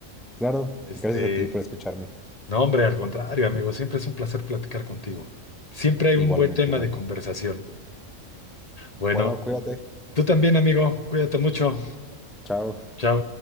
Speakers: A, in the centre; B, on the left.
A: Claro,
B: Este,
A: gracias a ti por escucharme.
B: no, hombre, al contrario, amigo, siempre es un placer platicar contigo. Siempre hay
A: Igualmente,
B: un buen tema
A: Mario.
B: de conversación. Bueno,
A: Bueno, cuídate.
B: tú también, amigo, cuídate mucho.
A: Chao.
B: Chao.